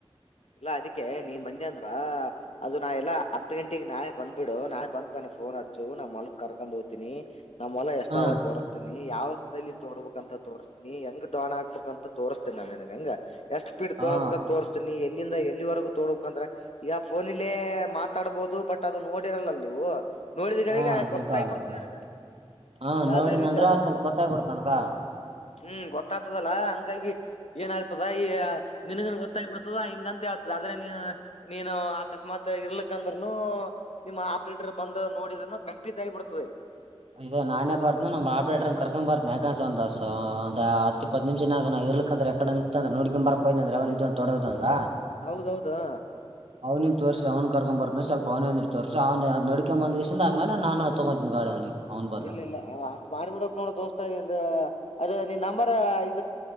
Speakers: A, on the left; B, on the right.
A: ಇಲ್ಲಾ ಅದಕ್ಕೆ ನೀನ್ ಬಂದೆ ಅಂದ್ರ ಅದು ನಾ ಎಲ್ಲಾ ಹತ್ತು ಗಂಟಗ್ ನಾಳೆ ಬಂದ್ಬಿಡು ನಾಳೆ ಬಂದ್ ಅನ್ ಫೋನ್ ಹಚ್ಚು ನಾ ಮಲ್ಕ್ ಕರ್ಕೊಂಡ ಹೋಗ್ತೀನಿ ನಾವ್ ಮಲ ಎಷ್ಟ
B: ಹಾ
A: ಆದದ ತೋರಿಸಸ್ತೀನಿ ಯಾವ್ೈಲ್ಲಿ ತೋಡ್ಬೇಕು ಅಂತ ತೋರಿಸ್ತೀನಿ ಹೆಂಗ್ ಡೋನ್ ಹಾಕ್ಬೇಕು ಅಂತ ತೋರಿಸ್ತೀನಿ ನ ನನ್ಗ ಹಂಗ ಎಷ್ಟ್ ಸ್ಪೀಡ್ ತೋಡ್ಬೇಕಕ್
B: ಹಾ
A: ಅಂತ ತೋರ್ಸ್ತೀನಿ ಎಲ್ಲಿಂದ ಎಲ್ಲಿವರೆಗೂ ತೋಡ್ಬೇಕು ಅಂದ್ರೆ ಈಗ ಫೋನ ಇಲ್ಲಿ ಅಲ್ಲೇ ಮಾತಾಡ್ಬೋದು ಬಟ್ ಅದು ನೋಡಿರಲ್ಲ ನೀವು ನೋಡಿದ ಗಳಿಗೆ
B: ಹಾ ಗೊತ್ತಾಗಲ್ಲ
A: ಗೊತ್ತಾಗ್ಬಿಡ್ತದೆ ನಿನಗ
B: ಹ
A: ಯಾವ್ದೇ
B: ನೋಡಿದ
A: ರೀತಿ
B: ಅಂದ್ರ
A: ಆದ್ರ
B: ಸ್ವಲ್ಪ ಗೊತ್ತಾಗ್ಬಿಡತ ನನ್ಗ
A: ಹ್ಮ್ ಗೊತ್ತಾಗ್ತದಲ್ಲಾ ಹಂಗಾಗಿ ಏನ ಆ್ತದ ಈ ನಿನಗನ್ ಗೊತ್ತಾಗಿಬಿಡ್ತದ ಂತ ಹತದೆ ಆದ್ರೆ ನೀ ನೀನು ಅಕಸ್ಮಾತ್ ಇರ್ಲಿಕ್ಕ ಅಂದ್ನು ನಿಮ್ಮ ಆಪ್ರೇಟರ್ ಬಂದ ನೋಡಿದ್ರ ಕಂಪಿತತ್ ಆಗಿಬಿಡ್ತದೆ ಇಲ್ಲಿ
B: ಇದೆ ನಾನೇ ಬರ್ತನ ನಮ್ ಆಪ್ರೇಟರ್ ಕರ್ಕೊಂಡ್ ಬರ್ತನನೆ ಯಕಂಸ ಒಂದ ಒಂದ್ ಹತ್ತ ಇಪ್ಪತ್ತು ನಿಮಷಾಗ ನ ಇರ್ಕ್ ಅ್ರ ಎಡೆ ನಿಂತ ಅ್ರ ನೋಡ್ಿ ಬಕೋಯ ಅ್ರ ಅವ್ನ ಇದ ತಡೋದ ಅ್ರ
A: ಹೌದೌದಾ
B: ಅವ್ನಿಗೆ ತೋರಿಸಿ ಅವ್ನು ಕರ್ಕೊಂಬರ್ತಾನನ ಸ್ವಲ್ ಅವನ ಒಂದಿಟ್ಟ ತೋರ್ಿ ಅವ್ ಅ ನಡಕೊ ಬಂದ್ಸಿಂದ ಆಮೇಲೆ ನಾನು ತೊಗೋತಿನನ ಗಾಡಿ ಅವನಿಗೆ ಅವ್ನ್ ಬದ್ಲ
A: ಇಲ್ಲ ಇಲ್ಲ ಅಷ್ಟ್ ಮಾಡಿಬಿಡಕ್ ನೋಡ ದೋಸ್ತಾ ಇದ ಅದೇ ನಿನ್ ನಂಬರ್ ಇ